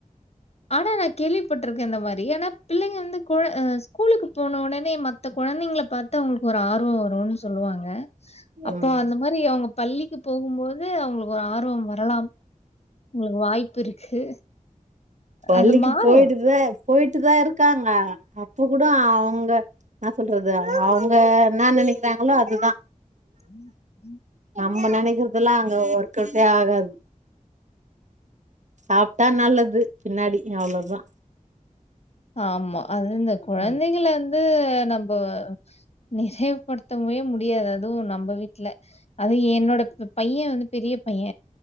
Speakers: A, on the left; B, on the right.
A: ஆனா நா கேள்விப்பட்டிருக்கே இந்த மாரி ஆனா பிள்ளைங்க வந்து கோழ கூலுக்கு போன உடனே மத்த கொழந்தைங்கள பாத்து அவுங்களுக்கு ஒரு ஆர்வம் வரும்னு சொல்லுவாங்க அப்போ
B: ம்
A: அந்த மாரி அவுங்க பள்ளிக்கு போகும் போது து அவுங்களுக்கு ஒரு ஆர்வம் வரலா உங்களுக்கு வாய்ப்பு இருக்கு
B: பள்ளிக்கு
A: அது மாறும்.
B: போயிட்டு தா போயிட்டு தா இரு க்காங்க அப்ப கூட அவுங்க னா சொல்றது அவுங்க என்னா நெனைக்கிறாங்களோ அதுதா
A: ம் ம்
B: நம்ம நெனைக்கிறதெல்லா அங்க ஒர்கவுட்டே ஆகாது சாப்ட்டா நல்லது பின்னாடி அவ்ளோ தா
A: ஆமா அது இந்த கொழந்தைங்கள
B: அ
A: வந்து நம்ப நிறைவுப்படுத்தவே முடியாது அதுவு நம்ப வீட்ல அது என்னோட பையன் வந்து பெரிய பைய